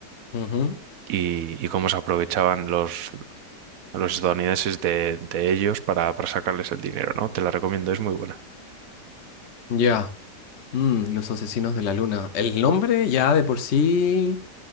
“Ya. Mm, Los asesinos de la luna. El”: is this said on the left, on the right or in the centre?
Left